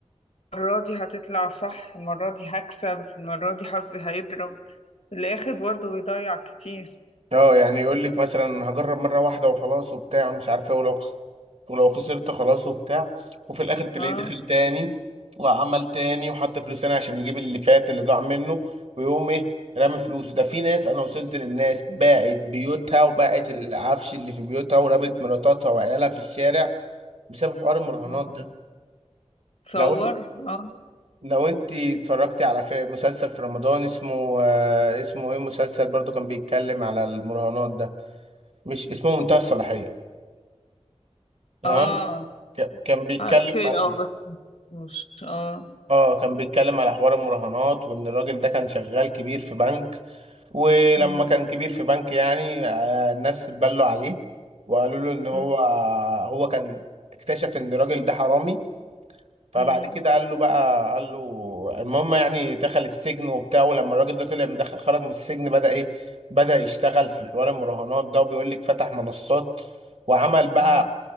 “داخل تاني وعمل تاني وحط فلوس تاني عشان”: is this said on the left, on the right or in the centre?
Right